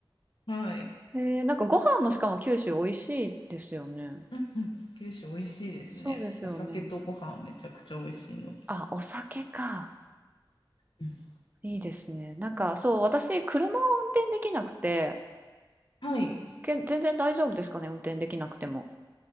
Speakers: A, on the left (about 70°); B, on the right (about 20°).
A: はい。
B: えー、なんかご飯もしかも九州美味しいですよね。
A: うんうん九州美味しいですね。
B: そうですよね。
A: お酒とご飯めちゃくちゃ美味しいので。
B: あ、お酒か。
A: うん
B: いいですね。なんかそう、私、車を運転できなくて、
A: はい。
B: け、全然大丈夫ですかね、運転できなくても。